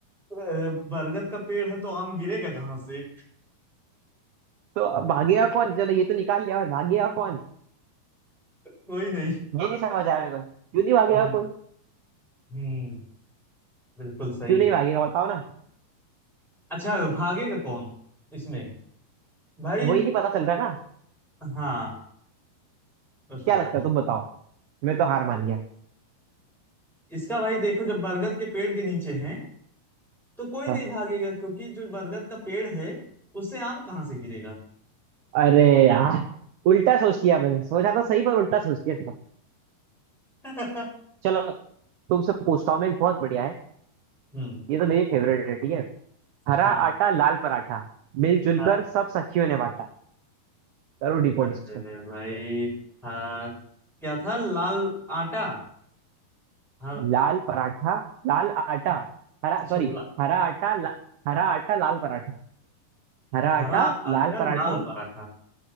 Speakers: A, in the centre; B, on the right.
A: अ, बरगद का पेड़ है तो आम गिरेगा कहाँ से
B: तो अब भागेगा कौन चलो ये तो निकाल लिया पर भागेगा कौन
A: कोई नहीं
B: ये नहीं समझ आया मेरे को क्यों नहीं भागेगा
A: हम्म
B: कोई
A: हम्म, बिल्कुल सही
B: क्यों नहीं भागेगा बताओ ना
A: अच्छा भागेगा कौन इसमें भाई
B: वही नहीं पता चल रहा है ना
A: हाँ वो तो
B: क्या लगता
A: है
B: है तुम बताओ मैं तो हार मान गया
A: इसका भाई देखो जब बरगद के पेड़ के नीचे हैं तो कोई
B: हाँ।
A: नहीं भागेगा क्योंकि जो बरगद का पेड़ है उससे आम कहाँ से गिरेगा
B: अरे यार उल्टा सोच लिया मैंने सोचा तो सही पर उल्टा सोच लिया था
A: <laughs>
B: चलो तुमसे पूछता हूँ मैं एक बहुत बढ़िया है
A: हम्म
B: ये तो मेरी फेवरेट है ठीक है हरा
A: हाँ
B: आटा लाल पराठा मिलजुल
A: हाँ
B: कर सब सखियों ने बांटा करो डिपोट
A: अरे
B: इसको
A: भाई हाँ क्या था लाल आटा हर
B: लाल पराठा लाल आटा हरा
A: अच्छा
B: सॉरी
A: ला,
B: हरा आटा ला, हरा आटा लाल पराठा हरा
A: हरा
B: आटा
A: आटा
B: लाल पराठा
A: लाल पराठा